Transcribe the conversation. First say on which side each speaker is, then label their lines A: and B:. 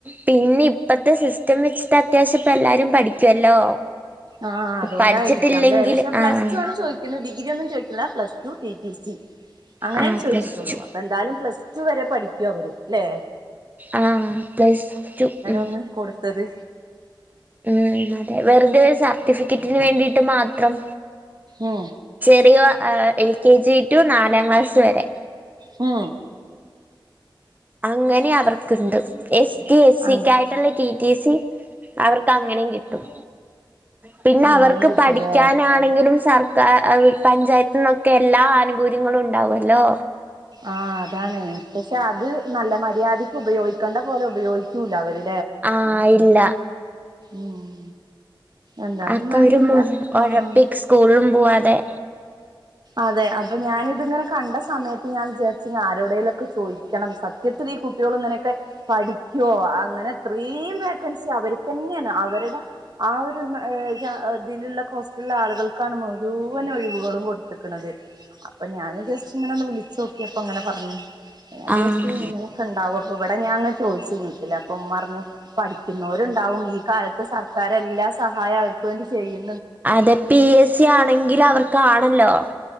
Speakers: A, on the right; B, on the right.
A: പിന്നെ ഇപ്പത്തെ സിസ്റ്റം വെച്ചിട്ട് അത്യാവശ്യം ഇപ്പ എല്ലാരും പഠിക്കുവല്ലോ
B: ആഹ് അതുകൊണ്ടായിരിക്കാംല്ലേ
A: പഠിച്ചിട്ടില്ലെങ്കിൽ
B: പക്ഷെ പ്ലസ്
A: ആഹ്
B: ടു ആണ് ചോദിക്കുന്നത് ഡിഗ്രി ഒന്നും ചോദിക്ക plus two T T C അങ്ങനെയാണ്
A: ആഹ്
B: ചോദിച്ചിട്ടുള്ളൂ
A: പ്ലസ് ടു
B: അപ്പൊ എന്തായാലും പ്ലസ് ടു റ്റും വരെ പഠിക്കും അവര്ല്ലേ
A: ആഹ പ്ലസ് റ്റു ഉ
B: ഒന്ന് കൊടുത്തത്
A: ഉം അതെ വെറുതെ ഒരു സർട്ടിഫിക്കറ്റിന് വേണ്ടിയിട്ട് മാത്രം
B: ഉം
A: ചെറിയോ എൽ കെ ജി ടു നാലാം ക്ലാസ്സ് വരെ
B: ഊ
A: അങ്ങനെ അവർക്കുണ്ട് എസ് പി എസ് ടി
B: ആഹ്
A: കാർക്കായിട്ടുള്ള ടി ടി സി അവർക്ക് അങ്ങനെയും കിട്ടും പിന്നെ
B: അങ്ങനെയും
A: അവർക്ക്
B: കിട്ടൂലേ
A: പഠിക്കാനാണെങ്കിലും സർക്ക പഞ്ചായത്തിന്നൊക്കെ എല്ലാ ആനുകൂല്യങ്ങളും ഉണ്ടാവല്ലോ
B: ആഹ അതാണ് പക്ഷെ അത് നല്ല മര്യാദയ്ക്ക് ഉപയോഗിക്കണ്ട പോലെ ഉപയോഗിക്കൂല അവര്
A: ആഹ ഇല്ല
B: ഉം എന്തായാലും
A: ആക്കരു
B: വേണ്ടില്ല
A: ഒഴപ്പി
B: ആഹ്
A: സ്കൂളും പോവാതെ
B: അതെ അപ്പൊ ഞാാനിതിങ്ങനെ കണ്ട സമയത്ത് ഞാൻ വിചാരിച്ച ആരുടെേിലൊക്കെ ചോദിക്കണം സത്യത്തിൽ ഈ കുട്ടികൾ ഇങ്ങനെയൊക്കെ പഠിക്കുവോ അങ്ങനെ അത്രയും വേക്കൻസി അവർ തന്നെയാണ് അവരുടെ ആ ഒരു ഇതിലുള്ള കോസ്റ്റിലുള്ള ആളുകൾക്ക് ാണ് മുഴുവന ഒഴിവുകളും കൊടുത്തക്കുന്നത് അപ്പൊ ഞാൻ ജസ്റ്റ് ഇങ്ങനെ ഒ വിളിച്ച ചോക്കിയപ്പോ അങ്ങനെ പറഞ്ഞുച്ച
A: ആഹ്
B: ഇങ്ങനൊക്കെ ഉണ്ടാാവും അപ്പ ഇവിടെ ഞങ്ങ ചോദിച്ചു വീട്ടിൽ അപ്പം ഉമ്മ പറഞ്ഞു പഠിക്കുന്നവരുണ്ടാവും ഈ കാലത്ത് സർക്കാര എല്ലാ സ്ക് സഹായം അവർക്ക് വേണ്ടി ചെയ്യും
A: അതെ പി എസ് സി ആണെങ്കിൽ അവർക്കണല്ലോ